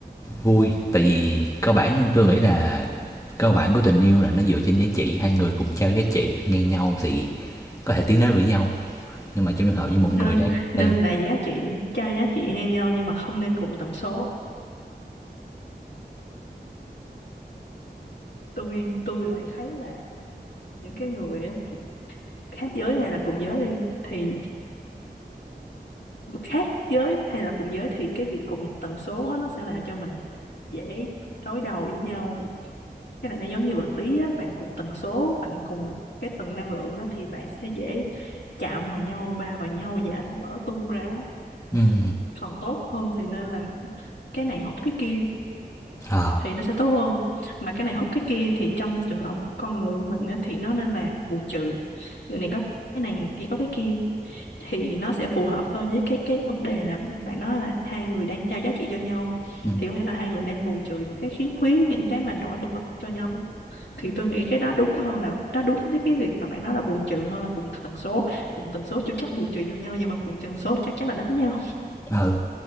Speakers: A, on the left; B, on the left.
A: Vui, tại vì cơ bản tôi nghĩ là cơ bản của tình yêu là nó dựa trên giá trị, hai người cùng trao giá trị ngang nhau thì có thể tiến đến với nhau. Nhưng mà trong trường hợp với một
B: nên
A: người đang
B: nên
A: đang
B: là giá trị cho giá trị ngang nhau nhưng mà không nên cùng tần số tôi tôi lại thấy là những cái người á, khác giới hay là cùng giới đi thì khác giới hay là cùng giới thì cái việc cùng tần số á, nó sẽ làm cho mình dễ đối đầu với nhau cái này nó giống như vật lý á, bạn cùng tần số bạn cùng một cái tầng năng lượng á, thì bạn sẽ dễ chạm vào nhau va vào nhau và nó vỡ tung ra
A: ừm,
B: còn tốt hơn thì nên là cái này hút cái kia
A: ờ,
B: thì nó sẽ tốt hơn mà cái này hút cái kia thì trong trường hợp con người của mình á, thì nó nên là bù trừ người này có cái này người kia có cái kia thì nó sẽ phù hợp hơn với cái cái vấn đề là bạn nói là hai người đang trao giá trị cho nhau
A: ừm, ừ.
B: thì có nghĩa là hai người đang bù trừ những cái khiếm khuyết những cái mà nổi bật cho nhau thì tôi nghĩ cái đó đúng hơn là nó đúng với cái việc mà bạn nói là bù trừ hơn là cùng tần số cùng tần số chưa chắc bù trừ cho nhau nhưng mà cùng tần số chắc chắn là đánh nhau
A: ờ